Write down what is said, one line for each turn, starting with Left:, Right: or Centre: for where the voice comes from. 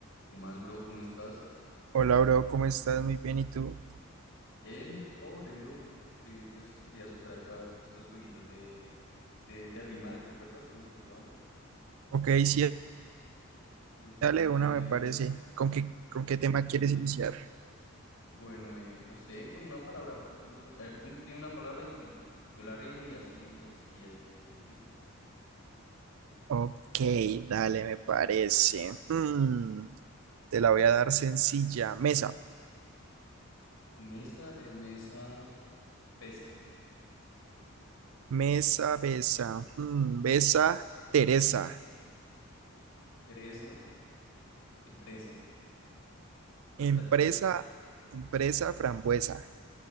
Left: ¿Qué más, bro? ¿Cómo estás?
Right: Hola, bro, ¿cómo estás? Muy bien, ¿y tú?
Left: Bien, un poco aburrido. Te escribí pues si querías jugar acá estos jueguitos de, de, de rimar, ¿te acuerdas? Como el que jugamos.
Right: Ok, sí,
Left: Entonces,
Right: dale una, me parece. ¿Con qué, con qué tema quieres iniciar?
Left: bueno, eh, no sé, con una palabra. Vamos a a ver, tú di una palabra y yo la rimo y así, y así, y así seguimos, ¿lista?
Right: Ok, dale, me parece. Hmm, te la voy a dar sencilla. Mesa,
Left: Mesa, eh, mesa, pesa.
Right: mesa, besa. Hmm, besa, Teresa.
Left: Pereza, empresa. Esa
Right: Empresa,
Left: está chévere.
Right: empresa, frambuesa.